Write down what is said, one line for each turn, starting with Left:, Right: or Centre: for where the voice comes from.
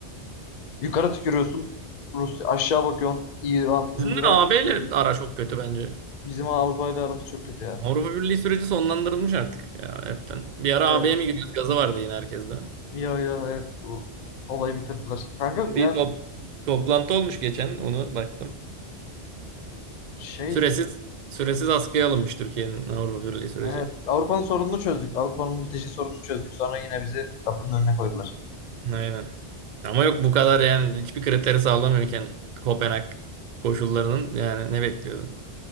Left: Yukarı tükürüyorsun Rusya. Aşağı bakıyorsun İran,
Right: Bizim
Left: Irak,
Right: de AB
Left: Suriye.
Right: ile ara çok kötü bence.
Left: Bizim Avrupa ile aramız çok kötü ya.
Right: Avrupa Birliği süreci sonlandırılmış artık ya hepten. Bir ara
Left: Evet.
Right: AB'ye mi giriyoruz? Gazı vardı yine herkeste.
Left: Ya ya evet. Bu olayı bitirdiler. Kanka
Right: Bir
Left: yani
Right: top- toplantı olmuş geçen onu baktım.
Left: şey
Right: Süresiz süresiz askıya alınmış Türkiye'nin Avrupa Birliği süreci.
Left: evet Avrupa'nın sorununu çözdük. Avrupa'nın mülteci sorununu çözdük. Sonra yine bizi kapının önüne koydular.
Right: Aynen. Ama yok bu kadar yani hiçbir kriteri sağlamıyorken Kopenhag koşullarının yani ne bekliyordun?